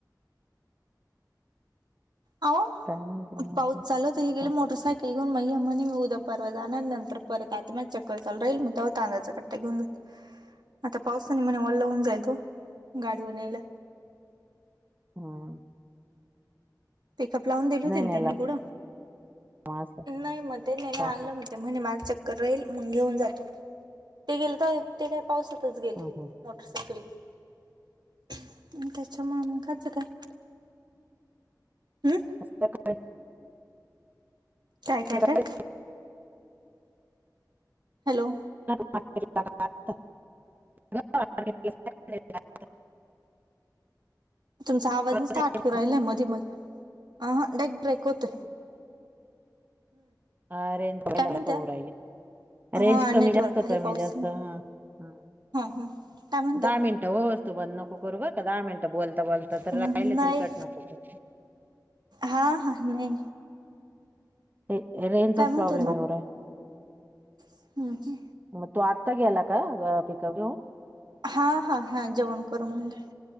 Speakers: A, on the right; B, on the right.
A: आहो
B: काय म्हणते मग
A: पाऊत
B: अजून?
A: चालू होत हे गेले
B: हा,
A: मोटरसायकल ने घऊन मग म्हणे मी उद्या परवा जाणार नंतर परत आता मग चक्कर चालू राहील मग तेव्हा तांदळाचा कट्ट्या घेऊन जानार आता पावसाने ओला होऊन जाईल तो गाडीवरन्यायला.
B: हम.
A: पिकअप लावून दिली होती ना
B: नेला
A: त्यांनी कुठ?
B: मग असं
A: नाही मग त्यांनी आणले
B: हा,
A: होते म्हणे माझच राहील मग घेऊन जातो ते गेलं तर ते काय? पावसातच गेले
B: हम्म, हम्म.
A: मोटरसायकल घेऊन. त्याच्या मामाच काय? हम्म
B: का.
A: काय काय
B: सकाळी
A: काय? हॅलो.
B: <unintelligible>
A: तुमचा आवाज नुसत
B: नाही
A: आटकावून
B: येत का?
A: राहिलाय मधेमधे. अ हा डेक ब्रेक होत.
B: आरे तोर
A: म्हणत्या
B: रेंज
A: हा
B: कमी
A: नेटवर्क
B: जास्त
A: आहे
B: कमी
A: पाऊस
B: जास्त हा हा.
A: हा काय म्हणत्या
B: दहा मिनिटं हो तू बण नको करू बर का दहा मिनिटं. बोलता बोलता तर
A: म
B: राहिले
A: नाही
B: तरी कट नको करू
A: हा हा नाही.
B: ते रेंजचाच
A: काय म्हणत
B: प्रॉब्लेम यएवउन राहिला आहे.
A: होते?
B: मग तो आत्ता गेला का पिकअप घेऊन.
A: हा हा हा जेवण कर म्हणते.